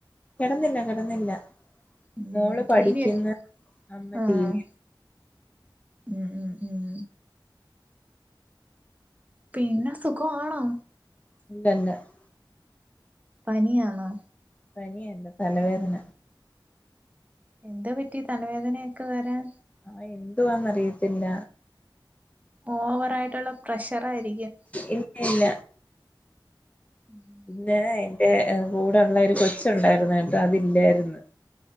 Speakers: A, on the left (about 15°); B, on the right (about 20°).
A: കിടന്നില്ല കിടന്നില്ല
B: ഉം
A: മോള് പഠിക്കുന്നു
B: ടി വി ഒക്കെ
A: അമ്മ
B: ആഹ്
A: ടിവി
B: ഉം ഉം ഉം പിന്നെ സുഖമാണോ
A: <unintelligible>
B: പനിയാണോ
A: പനിയല്ല തലവേദന
B: എന്താ പറ്റിയേ തലവേദനയൊക്കെ വരാൻ
A: ആ എന്തുവാന്നറിയത്തില്ല
B: ഓവറായിട്ടുള്ള പ്രഷറായിരിക്കും
A: ഇല്ല ഇല്ല
B: <inaudible>
A: പിന്നെ എന്റെ കൂടെയുള്ള ഒരു കൊച്ചുണ്ടായിരുന്നു കേട്ടോ അതില്ലായിരുന്നു